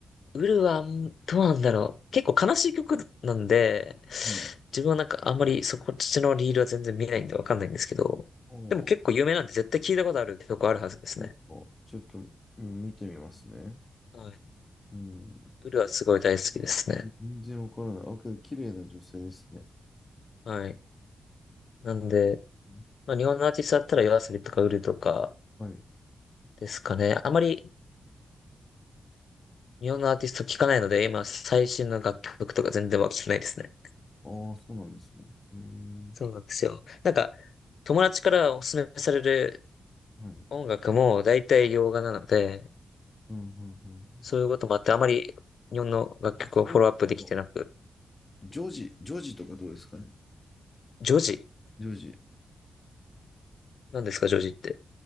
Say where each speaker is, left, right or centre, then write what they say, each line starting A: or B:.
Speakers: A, on the left (about 65°); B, on the left (about 25°).
A: ウルは、んどうなんだろう。結構悲しい曲なんで、
B: はい。
A: 自分はなんかあんまりそこっちのリールは全然見ないんでわかんないんですけど、
B: おお、
A: でも結構有名なんで絶対聞いたことある曲あるはずですね。
B: そうですか。ちょっと、うん、見てみますね。
A: はい。
B: うん。
A: ウルはすごい大好きですね。
B: 全然わからない。あ、けど、綺麗な女性ですね。
A: はい。なんで、
B: うん
A: まあ日本のアーティストだったらヨア a s とかウルとか
B: はい。
A: ですかね。あまり日本のアーティスト聞かないので、今最新の楽曲とか全然は聞けないですね。
B: ああ、そうなんですね。へえ。
A: そうなんですよ。なんか、友達からおすすめされる
B: はい。
A: 音楽も大体洋画なので、
B: うん、うん、うん。
A: そういうこともあって、あまり日本の楽曲をフォローアップできてなく。
B: あ、それと、ジョージ、ジョージとかどうですかね。
A: ジョジ
B: ジョージ。
A: 何ですか、ジョジって。